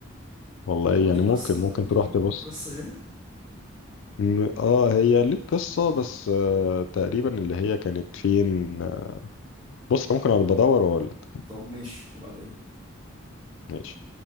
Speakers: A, on the left; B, on the right.
A: والله
B: هو
A: يعني
B: ليه قصة
A: ممكن ممكن
B: ليه
A: تروح تبص
B: ليه قصة جين
A: م- اه هي ليك قصة بس آه تقريبا اللي هي كانت فين بص ممكن انا بدور واقول لك
B: طب ماشي ابعتها لي
A: ماشي